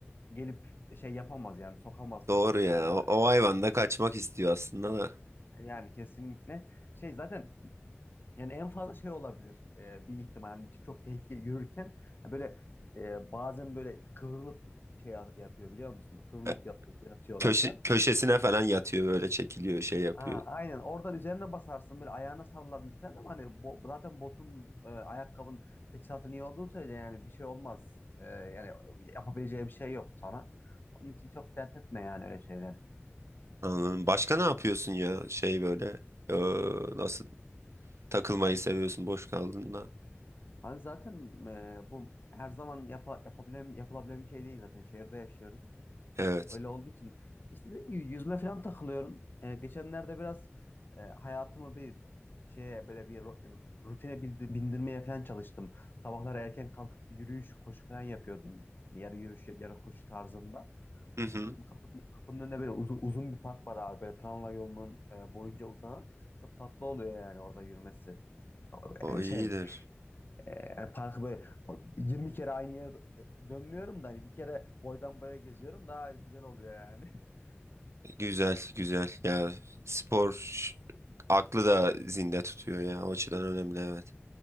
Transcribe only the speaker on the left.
gelip şey yapamaz yani sokamaz.
E,
yani kesinlikle şey zaten yani en fazla şey olabilir e, bir ihtimal hani çok tehlikeli yürürken e, böyle e, bazen böyle kıvrılıp şey ya- yapıyor biliyor musun? Kıvrılıp
yat- yatıyorlar
falan.
Ha, aynen oradan üzerine basarsın böyle ayağına sarılabilir falan ama hani bo- zaten botun e, ayakkabın teçhizatı iyi olduğu söyle yani bir şey olmaz. E, yani yapabileceği bir şey yok sana. Onun için çok dert etme yani öyle şeyleri
Hani zaten e, bu her zaman yapa, yapabilen, yapılabilen bir şey değil zaten şehirde yaşıyoruz.
Öyle olduğu için işte dediğim gibi yüzme falan takılıyorum. Ee, geçenlerde biraz e, hayatımı bir şeye böyle bir ru- rutine bildi- bindirmeye falan çalıştım. Sabahlar erken kalkıp bir yürüyüş, koşu falan yapıyordum. Yani yarı yürüyüş, yarı koşu tarzında.
Bizim kapının, kapının önünde böyle uzun uzun bir park var abi. Böyle tramvay yolunun e, boyunca uzanan. Çok tatlı oluyor yani orada yürümesi.
Yani
şey, e, yani parkı böyle o- 20 kere aynı yere dö- e, dönmüyorum da hani bir kere boydan boya geziyorum. Daha güzel oluyor yani. <laughs>
E,
Evet.